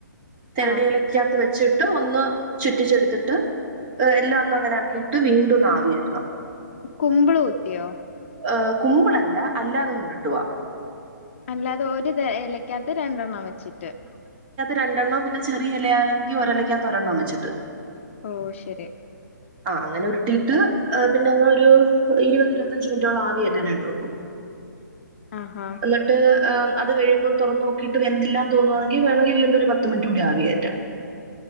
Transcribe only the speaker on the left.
ആഹ്
കുമ്പിള് കുത്തിയോ?
അല്ലാതെ ഒരു തേ ഏലക്ക് ക്കാത്ത് രണ്ടെണ്ണം വെച്ചിട്ട്
ഓ ശരി.
ആഹാ